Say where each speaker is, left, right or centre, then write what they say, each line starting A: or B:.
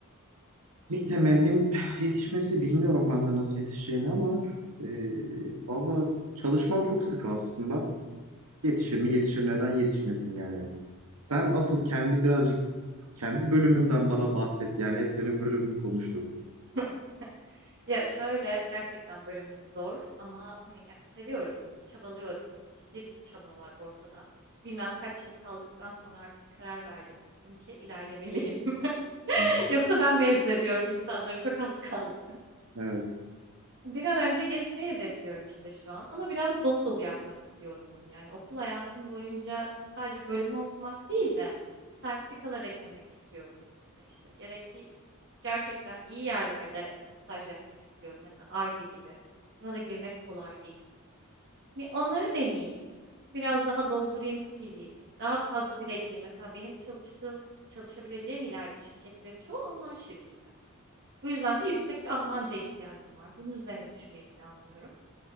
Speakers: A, on the right; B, on the right.
A: İlk temennim <sighs> yetişmesi bilmiyorum ben de nasıl yetişeceğini ama e, valla çalışmam çok sık aslında. Yetişir mi? Yetişir. Neden yetişmesin yani? Sen asıl kendi birazcık kendi bölümünden bana bahset. Yani hep benim bölümümü konuştuk.
B: <laughs> Ya şöyle gerçekten bölümüm zor ama hani ger- seviyorum, çabalıyorum. Ciddi bir çaba var ortada. Bilmem kaç yıl kaldıktan sonra artık karar verdim. Dedim ki ilerlemeliyim.
A: Hı.
B: <laughs> Yoksa ben mezun ediyorum insanları çok az kaldı.
A: Evet.
B: Bir an önce geçmeyi hedefliyorum işte şu an. Ama biraz dolu dolu yapmak istiyorum bunu. Yani okul hayatım boyunca işte sadece bölümü okumak değil de sertifikalar eklemek istiyorum. İşte gerekli gerçekten iyi yerlerde staj yapmak istiyorum. Mesela Ar-Ge gibi. Buna da girmek kolay değil. Bir onları deneyeyim. Biraz daha doldurayım CV'mi. Daha fazla dilekliyim. Mesela benim çalıştığım, çalışabileceğim ileride şirketlerin çoğu Alman şirketi. Bu yüzden de yüksek bir Almanca ihtiyacım var. Bunun üzerine düşmeyi planlıyorum.